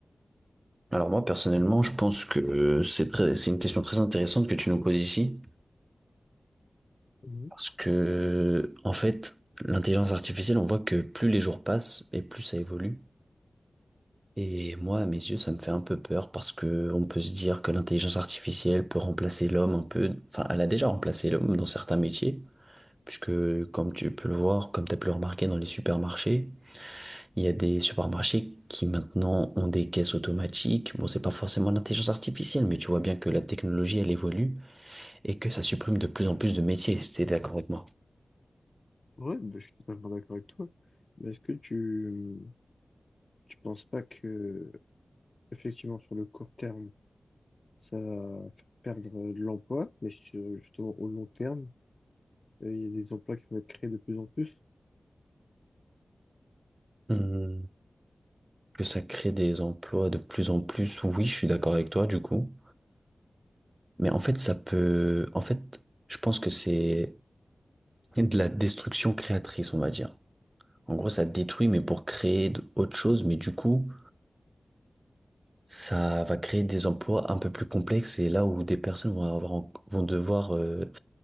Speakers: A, on the right; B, on the left.
A: Alors moi, personnellement, je pense que c'est très, c'est une question très intéressante que tu nous poses ici,
B: Mhm.
A: parce que, en fait, l'intelligence artificielle, on voit que plus les jours passent et plus ça évolue. Et moi, à mes yeux, ça me fait un peu peur parce que on peut se dire que l'intelligence artificielle peut remplacer l'homme un peu. Enfin, elle a déjà remplacé l'homme dans certains métiers, puisque, comme tu peux le voir, comme tu as pu le remarquer dans les supermarchés, Il y a des supermarchés qui maintenant ont des caisses automatiques. Bon, c'est pas forcément l'intelligence artificielle, mais tu vois bien que la technologie, elle évolue et que ça supprime de plus en plus de métiers, si t'es d'accord avec moi.
B: Ouais, bah, je suis totalement d'accord avec toi. Mais est-ce que tu tu penses pas que effectivement sur le court terme ça va faire perdre euh, de l'emploi, mais sur- justement au long terme Euh, Il y a des emplois qui vont être créés de plus en plus.
A: Hmm, que ça crée des emplois de plus en plus, oui, je suis d'accord avec toi, du coup. Mais en fait, ça peut... En fait, je pense que c'est de la destruction créatrice, on va dire. En gros, ça détruit, mais pour créer d- autre chose. Mais du coup, Ça va créer des emplois un peu plus complexes et là où des personnes vont avoir, en- vont devoir, euh,